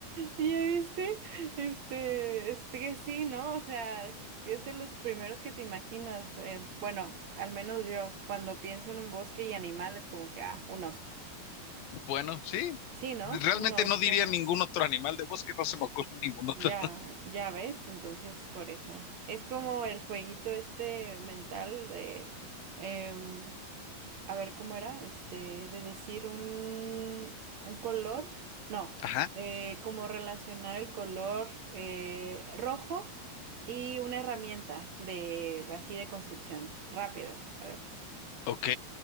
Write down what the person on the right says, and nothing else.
¿Ya viste? Este, este que sí, ¿no? O sea, es de los primeros que te imaginas. eh, bueno, al menos yo, cuando pienso en un bosque y animales, como que, ah, un oso.
Sí, ¿no?
Un oso.
Ya, ya ves, entonces por eso. Es como el jueguito este mental de, em, a ver, ¿cómo era? Este, de decir un, un color, no,
eh, como relacionar el color eh, rojo y una herramienta de, así de construcción, rápido, a ver.